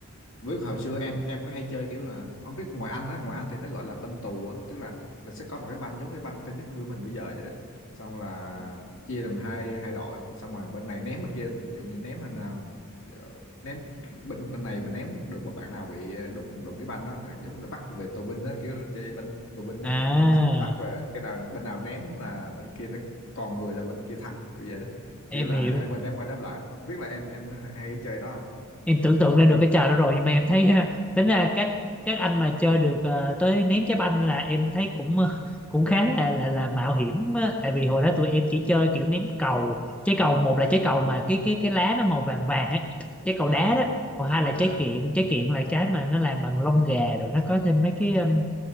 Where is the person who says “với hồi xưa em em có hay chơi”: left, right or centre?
Left